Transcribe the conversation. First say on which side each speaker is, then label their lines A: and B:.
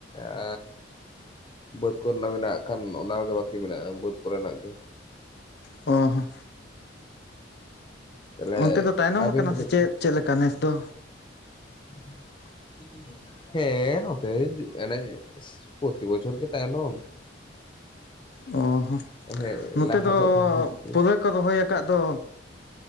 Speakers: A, on the left; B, on the left.
A: ᱟ ᱵᱟᱹᱫᱽ ᱠᱚᱨᱮᱱᱟᱜ ᱢᱮᱱᱟᱜ-ᱟ ᱠᱷᱟᱱ ᱚᱱᱟ ᱠᱚᱜᱮ ᱵᱟᱹᱠᱤ ᱢᱮᱱᱟᱜᱼᱟ ᱵᱟᱹᱫᱽ ᱠᱚᱨᱮᱱᱟᱜ ᱜᱮ᱾
B: ᱦᱚᱸ ᱦᱚᱸ᱾
A: ᱛᱟᱦᱞᱮ
B: ᱚᱱᱛᱮ ᱫᱚ ᱛᱟᱭᱱᱚᱢ
A: ᱟᱹᱵᱤᱱ
B: ᱟᱠᱟᱱᱟ
A: ᱛᱤᱱᱟᱹᱜ
B: ᱥᱮ ᱪᱮᱫ ᱪᱮᱫ ᱞᱮᱠᱟ ᱱᱮᱥ ᱫᱚ?
A: <inaudible> ᱦᱮᱸ ᱱᱚᱛᱮ ᱮᱱᱮ ᱯᱨᱛᱤ ᱵᱚᱪᱚᱨ ᱜᱮ ᱛᱟᱭᱱᱚᱢ᱾
B: ᱚ ᱦᱚᱸ
A: ᱢᱟᱱᱮ
B: ᱱᱚᱛᱮ
A: ᱞᱟᱦᱟ
B: ᱫᱚ
A: ᱵᱟᱝ ᱦᱩᱭ ᱜᱮ
B: ᱯᱩᱨᱟᱹ ᱠᱚ ᱨᱚᱦᱚᱭ ᱟᱠᱟᱫ ᱫᱚ᱾